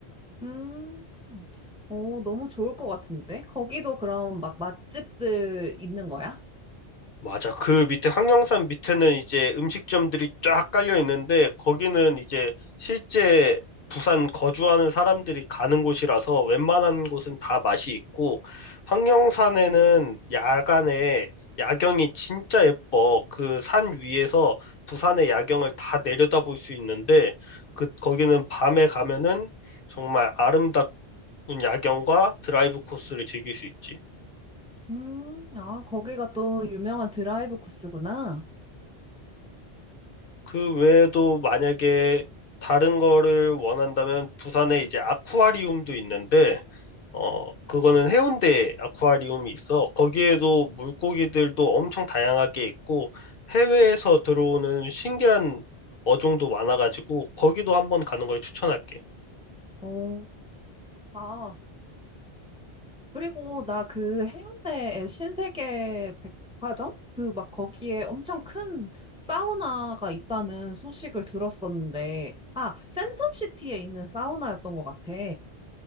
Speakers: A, in the centre; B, on the left (about 60°).
A: 음, 오, 너무 좋을 것 같은데? 거기도 그럼 막 맛집들 있는 거야?
B: 맞아. 그 밑에 황령산 밑에는 이제 음식점들이 쫙 깔려 있는데 거기는 이제 실제 부산 거주하는 사람들이 가는 곳이라서 웬만한 곳은 다 맛이 있고 황령산에는 야간에 야경이 진짜 예뻐. 그 산 위에서 부산의 야경을 다 내려다볼 수 있는데 그 거기는 밤에 가면은 정말 아름답은 야경과 드라이브 코스를 즐길 수 있지.
A: 음, 아, 거기가 또 유명한 드라이브 코스구나.
B: 그 외에도 만약에 다른 거를 원한다면 부산에 이제 아쿠아리움도 있는데, 어, 그거는 해운대 아쿠아리움이 있어. 거기에도 물고기들도 엄청 다양하게 있고, 해외에서 들어오는 신기한 어종도 많아가지고, 거기도 한번 가는 걸 추천할게.
A: 오, 좋다. 그리고 나 그 해운대에 신세계 백화점? 그 막 거기에 엄청 큰 사우나가 있다는 소식을 들었었는데, 아, 센텀시티에 있는 사우나였던 것 같아.